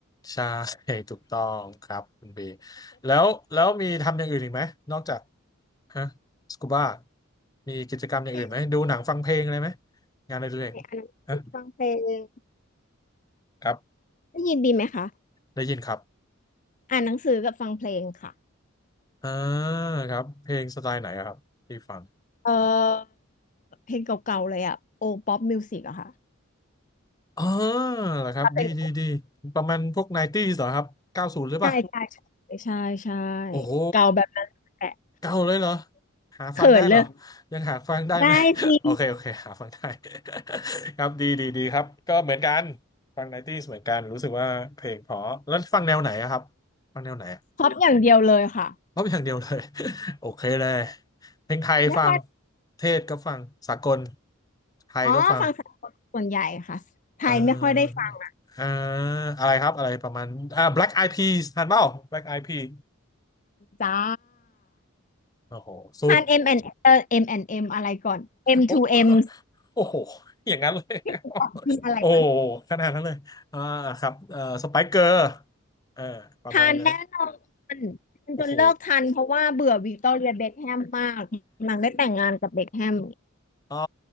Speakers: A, on the left; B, on the left.
A: ใช่ <laughs> ถูกต้องครับคุณบีแล้วแล้วมีทำอย่างอื่นอีกไหมนอกจากฮะสกูบ้ามีกิจกรรมอย่างอื่นไหมดูหนังฟังเพลงอะไรไหม
B: เพลง
A: งานอะไรเล็ก
B: อ่านหนังสือฟังเพลง
A: ฮะครับ
B: ได้ยินดีไหมคะ
A: ได้ยินครับ
B: อ่านหนังสือกับฟังเพลงค่ะ
A: อ่าครับเพลงสไตล์ไหนอะครับที่ฟัง
B: เออเพลงเก่าๆเลยอ่ะโอป๊อปมิวสิกอะค่ะ
A: อ๋อเหรอครับดีดีดี
B: ถ้าเป็น
A: ประมาณพวกไนตี้เหรอครับเก้าศูนย์หรือเปล่า
B: ใช่ใช่ใช่ใช่ใช่
A: โอ้โห
B: เก่าแบบนั้นแหละ
A: เก่าเลยเหรอ
B: <laughs>
A: หาฟังได้เหรอ
B: เขินเลย
A: ยังหาฟังได้ไหม
B: ได้สิ
A: <laughs> โอเคโอเคหาฟังได้ <laughs> ครับดีดีดีครับก็เหมือนกันฟังไนตี้เหมือนกันรู้สึกว่าเพลงเพอแล้วฟังแนวไหนอะครับฟังแนวไหนอะ
B: ครอปอย่างเดียวเลยค่ะ
A: เพราะอย่างเดียวเลย <laughs> โอเคเลยเพลงไทยฟัง
B: ไม่ค่อย
A: เทศก็ฟังสากลไทยก็ฟัง
B: อ๋อฟังสากลส่วนใหญ่ค่ะไทยไม่ค่อยได้ฟัง
A: เออเอออะไรครับอะไรประมาณอ่า Black Eyed Peas ทันเปล่า Black Eyed Peas
B: จ้า
A: โอ้โหสุด
B: ทาน M นด์เอเอ M and M อนด์เอ็มอะไรก่อน M
A: โอ้
B: to M
A: โอ้โหอย่างนั้นเลย
B: พี่คุณตอบกินอะไรมัน
A: โอ้ขนาดนั้นเลยอ่าครับเอ่อสไปเกอร์เออประมาณนั้น
B: ทานแน่นอนทานจนเลิกทันเพราะว่าเบื่อวิกตอเรียเบ็คแฮมมากนางได้แต่งงานกับเบ็คแฮม
A: โอ้โหอ๋อ